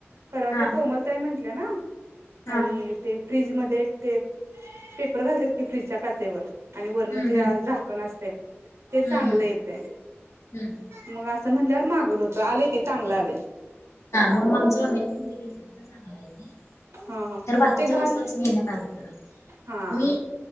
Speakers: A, on the right (about 75°); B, on the left (about 80°).
A: तर
B: हा
A: ते कोमल ताई म्हटल्या ना
B: हा
A: आणि ते फ्रीजमध्ये ते पेपर घालतात की फ्रीजच्या काचेवर. आणि वर्ण
B: हम्म
A: ते
B: हम्म
A: झाकण असते ते
B: हम्म
A: चांगलं
B: हम्म
A: येते.
B: हम्म
A: मग असं म्हणल्यावर मागवलं होत, आलय ते चांगलं आलय.
B: हा मग आमच्या मम्मीने पण ते घेतलं होत तर चांगला आहे तेे.
A: हा हा
B: तर बाकीच्या
A: ते घाण
B: वस्तूच घेण्यात <unintelligible> नाही अडकत.
A: हा.
B: मी